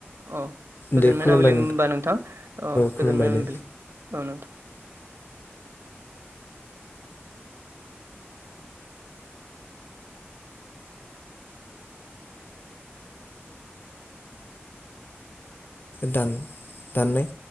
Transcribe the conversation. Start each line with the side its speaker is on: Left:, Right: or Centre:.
Right: औ गोजोन
Left: दे
Right: मोनाबिलि
Left: खुलुमबाय
Right: होमबा नोंथां औ
Left: खुलुमबाय
Right: गोजोन मोनाबिलि
Left: दे
Right: औ नोंथां।
Left: दान दाननाय